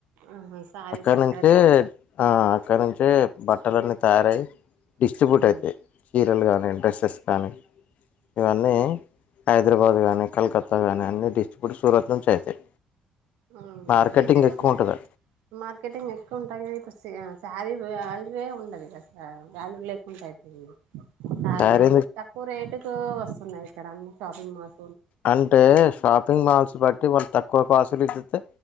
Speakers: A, on the right; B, on the left.
A: ఆహా సారీ
B: అక్కడ
A: సార్
B: నుంచే ఆ అక్కడ నుంచే బట్టలన్నీ తయారై డిస్ట్రిబ్యూట్
A: తయారవుతారా
B: అయితాయి చీరలు కానీ డ్రెస్సెస్ కానీ ఇవన్నీ హైదరాబాదు గానీ కలకత్తా గానీ అన్ని డిస్ట్రిబ్యూట్ సూరత్ నుంచే అయితాయి
A: అవునా
B: మార్కెటింగ్
A: అయితే మనం
B: ఎక్కువ ఉంటది
A: మార్కెటింగ్ ఎక్కువ ఉంటాయి కానీ ఇప్పుడు సె శారీ వాల్యూవే ఉండదుగా సా వాల్యూ లేకుండా అయిపోయింది శారే
B: శారీ
A: ఇక్కడ తక్కువ రేటుకు వస్తున్నాయి ఇక్కడ అన్ని షాపింగ్ మాల్
B: అంటే షాపింగ్ మాల్స్ బట్టి వాళ్ళు తక్కువ కాసులు ఇతితే